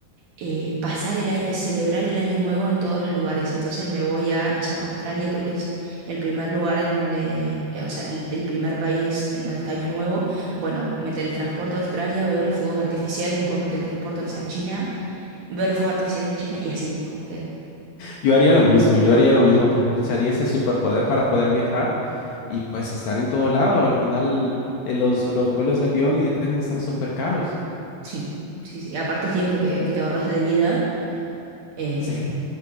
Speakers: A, on the right; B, on the left.
A: eh, pasar el año, celebrar el año nuevo en todos los lugares. Entonces me voy a, no sé, Australia creo que es el primer lugar en donde, eh, o sea, el, el primer país en donde está año nuevo. Bueno, me teletransporto a Australia, veo los fuegos artificiales, después me teletransporto, no sé, a China, veo los fuegos artificiales de China y así, como que
B: yo haría lo mismo, yo haría lo mismo, aprovecharía ese superpoder para poder viajar y pues estar en todo lado. Al final, eh, los, los vuelos de avión y de tren están súper caros.
A: sí, sí, sí. Aparte el tiempo que, que te ahorras de vida eh,
B: <laughs> Sí.